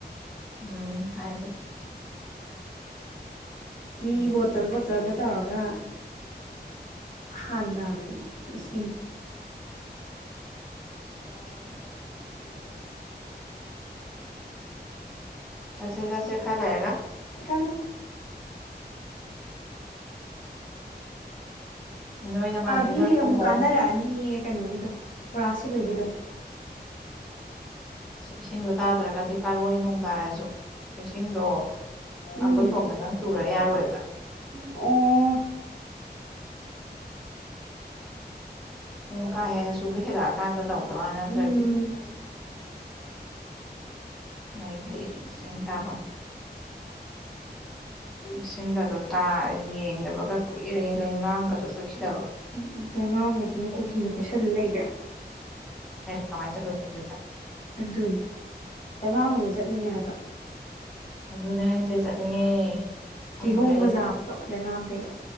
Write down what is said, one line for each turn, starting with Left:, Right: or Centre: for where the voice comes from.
Centre: ꯎꯝ ꯍꯥꯏꯕꯅꯦ
Left: ꯃꯤ ꯕꯣꯇꯜ ꯕꯣꯇꯜꯒ ꯇꯧꯔꯒ ꯍꯥꯟꯅꯕꯅꯦ ꯢꯁꯤꯡ
Centre: <unintelligible> ꯆꯠꯁꯦ ꯆꯠꯁꯦ ꯈꯔ ꯂꯩꯔꯒ
Left: ꯀꯅꯣ <inaudible>
Centre: ꯅꯣꯏ ꯅꯃꯥꯟꯅꯕꯤ
Left: ꯗꯤ
Centre: ꯈꯔ ꯈꯣꯝꯃꯛꯑꯣ
Left: ꯑꯃꯨꯛ ꯀꯥꯟꯅꯔꯛꯑꯅꯤꯌꯦ ꯀꯩꯅꯣꯒꯤꯗꯣ ꯄꯨꯔꯥ ꯁꯤꯕꯒꯤꯗꯣ
Centre: ꯏꯁꯤꯡꯗꯣ ꯇꯥꯗ꯭ꯔꯒꯗꯤ ꯀꯥꯔꯣꯏ ꯅꯣꯡ ꯇꯥꯔꯁꯨ ꯏꯁꯤꯡꯗꯣ
Left: ꯎꯝ
Centre: ꯑꯩꯈꯣꯏ ꯁꯣꯝꯗ ꯅꯪ ꯆꯨꯔ ꯌꯥꯔꯣꯏꯕ
Left: ꯑꯣ
Centre: ꯅꯣꯡ ꯀꯥ ꯍꯦꯟꯅ ꯁꯨꯕ ꯍꯦꯜꯂꯛꯑꯀꯥꯟꯗ ꯇꯧꯕꯩ ꯋꯥ ꯅꯠꯇ꯭ꯔꯗꯤ
Left: ꯎꯝ
Centre: ꯂꯩꯏꯇꯦ ꯏꯁꯤꯡꯇꯥꯕ ꯏꯁꯤꯡꯒꯗꯣ ꯇꯥ ꯌꯦꯡꯗꯕꯒ ꯀꯨꯏꯔꯦ ꯂꯩꯃꯥꯡꯝꯒꯗꯣ ꯆꯠꯈꯤꯗꯕ
Left: ꯎꯝ ꯇ°ꯟꯕꯥꯡꯕꯗꯨꯅꯥ ꯀꯣꯀꯤꯅ ꯀꯣꯏꯁꯜꯂ ꯂꯩꯈ꯭ꯔ°
Centre: ꯀꯃꯥꯏꯅꯥ ꯆꯠꯔꯨꯅꯤ ꯑꯗꯨꯗꯥ
Left: ꯑꯗꯨꯅꯤ ꯇ°ꯡꯕꯥꯡꯕꯗꯨ ꯆꯠꯅꯤꯡꯉꯦ ꯍꯥꯏꯕ
Centre: ꯑꯗꯨꯅꯤ ꯑꯥꯏꯁꯦ ꯆꯠꯅꯤꯡꯉꯦ꯫ ꯐꯪꯗ꯭ꯔꯦ
Left: ꯀꯤꯍꯣꯝꯒꯥ ꯆꯥꯕꯗꯨ ꯂꯩꯃꯥꯝꯗꯒꯤ꯫